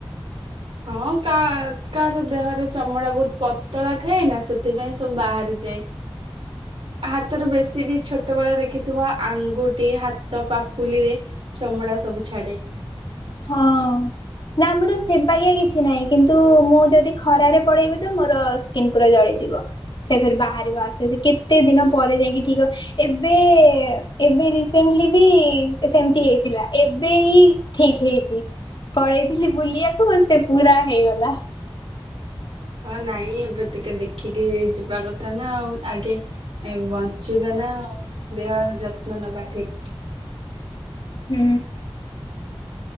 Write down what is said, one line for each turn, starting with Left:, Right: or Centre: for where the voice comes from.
Right: ହଁ କା କାହାର ଦେହରେ ଚମଡା ବହୁତ ପତଳା ଥାଏ ନା ସେଥିପାଇଁ ସବୁ ବାହାରିଯାଏ।
Left: ହ <unintelligible>
Right: ଆ ହାତରୁ ବେଶୀ ବି ଛୋ ଛୋଟବେଳେ ଦେଖିଥିବା ଆଙ୍ଗୁଟି ହାତ ପାପୁଲି ରେ ଚମଡ଼ା ସବୁ ଛାଡେ।
Left: ହଁ ଅଁ। ନା ଆମର ସେବାଗିଆ କିଛି ନାହିଁ କିନ୍ତୁ ମୁଁ ଯଦି ଖରାରେ ପଳେଇବି ତ ମୋର ସ କିନ ପୁରା ଜଳିଯିବ ସେ ଫରେ ବାହାରିବ ଆସ୍ତେ ଆ କେତେ ଦିନ ପରେ ଯାଇକି ଠିକ ହ ଏବେ ଏ ଏବେ ରିସେଣ୍ଟଲି ବି ସେମତି ହେଇଥିଲା ଏବେ ହି ଏଇ ଠିକ ହେଇଚି ପଳେଇଥିଲି ବୁଲିବାକୁ ସେ ପୁରା ହେଇଗଲା।
Right: ହଁ ନାଇଁ ଏବେ ଟିକେ ଦେଖିକି ଯିବା କଥା ନା ଆଉ ଆଗେ ଏ ବଞ୍ଚିବା ନା ଆଉ ଦେହର ଯତ୍ନ ନେବା ଠିକ।
Left: ହୁଁ